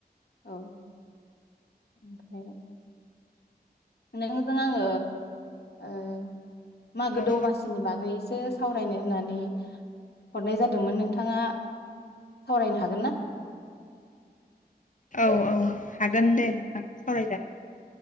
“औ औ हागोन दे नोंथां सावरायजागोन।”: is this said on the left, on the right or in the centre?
Left